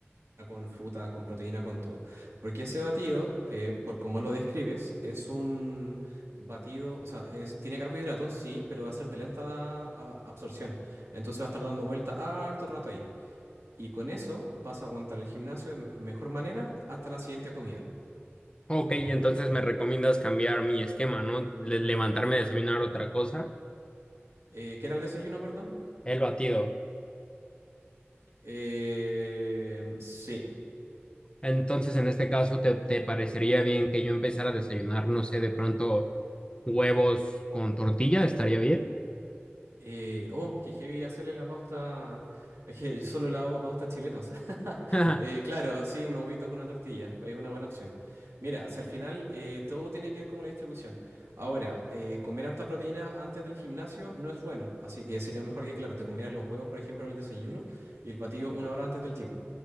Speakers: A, on the right; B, on the left.
A: con fruta, con proteína, con todo. Porque ese batido, eh, por cómo lo describes, es un batido, o sea, es, tiene carbohidratos, sí, pero va a ser de lenta a- absorción. Entonces va a estar dando vuelta harto rato ahí. Y con eso vas a aguantar el gimnasio de m- mejor manera hasta la siguiente comida.
B: ok, entonces me recomiendas cambiar mi esquema, ¿no? Le- levantarme, desayunar otra cosa,
A: Eh, ¿qué era el desayuno, perdón?
B: el batido.
A: Eh, sí.
B: Entonces, en este caso, ¿te, te parecería bien que yo empezara a desayunar, no sé, de pronto huevos con tortilla? ¿Estaría bien?
A: Eh, oh, que heavy hacerle la pauta. <laughs> Es que yo solo le hago pautas chilenas. <laughs>
B: <laughs>
A: Eh, claro, sí, unos huevitos con una tortilla. Es una buena opción. Mira, si al final eh, todo tiene que ver como la distribución. Ahora, eh, comer harta proteína antes del gimnasio no es bueno. Así que sería mejor que, claro, te comieras los huevos, por ejemplo, en el desayuno y el batido una hora antes del gym.